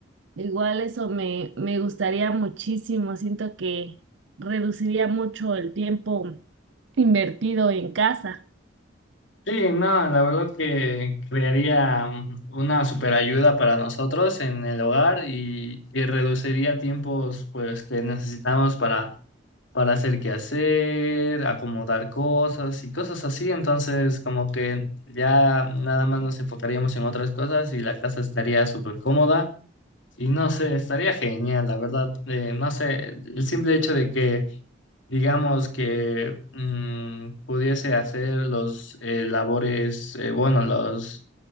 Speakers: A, on the right; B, on the left.
A: Igual eso me, me gustaría muchísimo. Siento que reduciría mucho el tiempo invertido en casa.
B: Sí, no, la verdad que crearía mm, una super ayuda para nosotros en el hogar y, y reduciría tiempos pues que necesitamos para, para hacer qué hacer, acomodar cosas y cosas así. Entonces, como que ya nada más nos enfocaríamos en otras cosas y la casa estaría súper cómoda. Y no sé, estaría genial, la verdad. Eh, no sé, el simple hecho de que digamos que mm, pudiese hacer los eh, labores, eh, bueno, los,